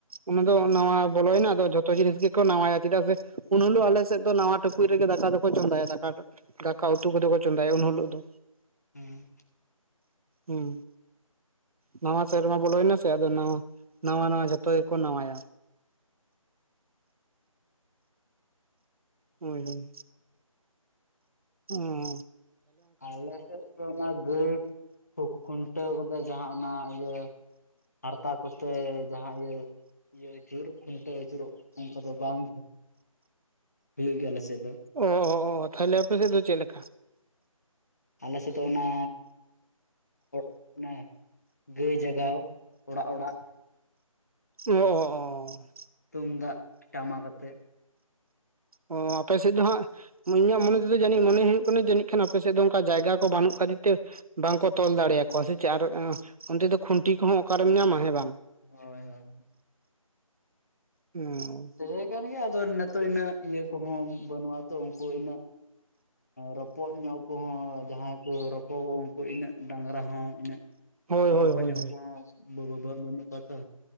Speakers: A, on the right (about 85°); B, on the left (about 30°).
A: ᱚᱱᱟ ᱫᱚ ᱱᱟᱣᱟ ᱵᱚᱞᱚᱭᱮᱱᱟ ᱟᱫᱚ ᱡᱷᱚᱛᱚ ᱡᱤᱱᱤᱥ ᱜᱮ ᱠᱚ ᱱᱟᱣᱟᱭᱟ ᱪᱮᱫᱟᱜ ᱥᱮ ᱩᱱ ᱦᱤᱞᱳᱜ ᱟᱞᱮᱥᱮᱫ ᱫᱚ ᱱᱟᱣᱟ ᱴᱩᱠᱩᱡ ᱨᱮᱜᱮ ᱫᱟᱠᱟ ᱫᱚ ᱠᱚ ᱪᱚᱸᱫᱟᱭᱟ ᱫᱟᱠᱟ ᱠᱟ᱾ ᱫᱟᱠᱟ ᱩᱛᱩ ᱠᱚ ᱫᱚ ᱠᱚ ᱪᱚᱸᱫᱟᱭᱟ ᱩᱱ ᱦᱤᱞᱳᱜ ᱫᱚ
B: ᱦᱮᱸ
A: ᱦᱩᱸ᱾ ᱱᱟᱣᱟ ᱥᱮᱨᱢᱟ ᱵᱚᱞᱚᱭᱮᱱᱟ ᱥᱮ ᱟᱫᱚ ᱱᱟᱣᱟ ᱱᱟᱣᱟ ᱱᱟᱣᱟ ᱡᱷᱚᱛᱚ ᱜᱮ ᱠᱚ ᱱᱟᱣᱟᱭᱟ᱾ ᱦᱳᱭ ᱦᱳᱭ᱾ ᱦᱮᱸ
B: ᱟᱞᱮ ᱥᱮᱫ ᱫᱚ ᱚᱱᱟ ᱜᱟᱹᱭ ᱠᱚ ᱠᱷᱩᱱᱴᱟᱹᱣ ᱠᱟᱛᱮ ᱡᱟᱦᱟᱸ ᱚᱱᱟ ᱤᱭᱟᱹ ᱦᱟᱨᱛᱟ ᱠᱚᱛᱮ ᱡᱟᱦᱟᱸ ᱤᱭᱟᱹ ᱤᱭᱟᱹ ᱡᱳᱨ ᱠᱷᱩᱱᱴᱟᱹᱣ ᱟᱹᱪᱩᱨᱚᱜ ᱚᱱᱠᱟ ᱫᱚ ᱵᱟᱝ ᱦᱩᱭᱩᱜ ᱜᱮᱭᱟ ᱟᱞᱮ ᱥᱮᱫ ᱫᱚ,
A: ᱚ ᱛᱟᱦᱞᱮ ᱟᱯᱮᱥᱮᱫ ᱫᱚ ᱪᱮᱫ ᱞᱮᱠᱟ,
B: ᱟᱞᱮ ᱥᱮᱫ ᱫᱚ ᱚᱱᱟ ᱚᱱᱟ ᱜᱟᱹᱭ ᱡᱟᱜᱟᱣ ᱚᱲᱟᱜ ᱚᱲᱟᱜ,
A: ᱚᱼ ᱚᱻ ᱦᱚᱸ
B: ᱛᱩᱢᱫᱟᱜ ᱴᱟᱢᱟᱠ ᱟᱛᱮᱫ,
A: ᱚ, ᱟᱯᱮ ᱥᱮᱫ ᱫᱚ ᱦᱟᱸᱜ ᱤᱧᱟᱜ ᱢᱚᱱᱮ ᱛᱮᱫᱚ ᱡᱟᱹᱱᱤᱡ ᱢᱚᱱᱮ ᱦᱩᱭᱩᱜᱼᱟ ᱡᱟᱹᱱᱤᱜ ᱠᱷᱟᱱ ᱟᱯᱮᱥᱮᱫ ᱫᱚ ᱚᱱᱠᱟ ᱡᱟᱭᱜᱟ ᱠᱚ ᱵᱟᱹᱱᱩᱜ ᱠᱷᱛᱤᱨ ᱛᱮ ᱵᱟᱝᱠᱚ ᱛᱚᱞ ᱫᱟᱲᱮᱭᱟᱠᱚᱣᱟ ᱥᱮ ᱪᱮᱫ ᱟᱨ ᱚᱱᱛᱮ ᱫᱚ ᱠᱷᱩᱱᱴᱤ ᱠᱚᱦᱚᱸ ᱚᱠᱟᱨᱮᱢ ᱧᱟᱢᱟ ᱦᱮᱸ ᱵᱟᱝ,
B: ᱦᱚᱭ ᱦᱚᱭ
A: ᱦᱩᱸ
B: ᱛᱟᱦᱮᱸ ᱠᱟᱱ ᱜᱮᱭᱟ ᱟᱫᱚ ᱱᱤᱛᱚᱜ ᱤᱱᱟᱹᱜ ᱤᱭᱟᱹ ᱠᱚᱦᱚᱸ ᱵᱟᱹᱱᱩᱜᱼᱟ ᱛᱚ ᱩᱱᱠᱩ ᱤᱱᱟᱹᱜ, ᱨᱚᱯᱚᱜ ᱧᱚᱜ ᱠᱚᱦᱚᱸ ᱡᱟᱦᱟᱸᱭ ᱠᱚ ᱨᱚᱯᱚᱜᱚᱜ ᱩᱱᱠᱩ ᱤᱱᱟᱹᱜ ᱰᱟᱝᱨᱟ ᱦᱚᱸ ᱤᱱᱟᱹᱜ᱾
A: ᱦᱳᱭ ᱦᱳᱭ
B: ᱨᱚᱯᱚᱲ
A: ᱦᱳᱭ
B: ᱧᱚᱜ
A: ᱦᱳᱭ
B: ᱠᱚᱦᱚᱸ ᱵᱟᱹᱱᱩᱜ ᱠᱚᱣᱟ ᱛᱚ,